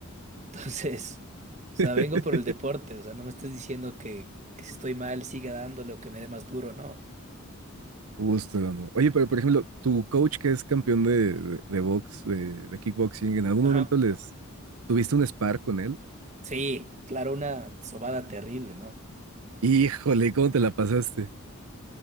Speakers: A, on the right; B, on the right.
A: Entonces, o sea,
B: <laughs>
A: vengo por el deporte, o sea, no me estés diciendo que, que si estoy mal siga dándole o que me dé más duro, no.
B: Justo, no. Oye, pero por ejemplo, tu coach que es campeón de, de, de box, de, de kickboxing, ¿en algún
A: Ajá.
B: momento les tuviste un spar con él?
A: Sí, claro, una sobada terrible, ¿no?
B: Híjole, ¿cómo te la pasaste?